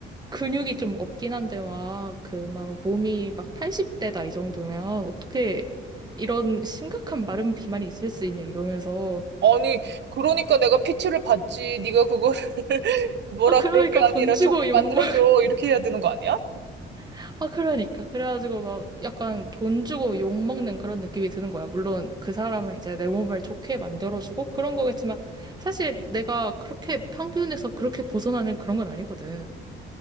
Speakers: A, on the right; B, on the right.
A: 근육이 좀 없긴 한데 막 그 막 몸이 막 80대다 이 정도면 어떻게 이런 심각한 마른 비만이 있을 수 있냐 이러면서
B: 아니, 그러니까 내가 PT를 받지. 네가 그거를 <laughs> 뭐라
A: 아 그러니까
B: 그럴 게 아니라
A: 돈 주고
B: 좋게
A: 욕먹
B: 만들어줘. 이렇게 해야 되는 거 아니야?
A: <laughs> 아 그러니까 그래가지고 막 약간 돈 주고 욕먹는 그런 느낌이 드는 거야 물론 그 사람은 이제 내 몸을 좋게 만들어주고 그런 거겠지만 사실 내가 그렇게 평균에서 그렇게 벗어나는 그런 건 아니거든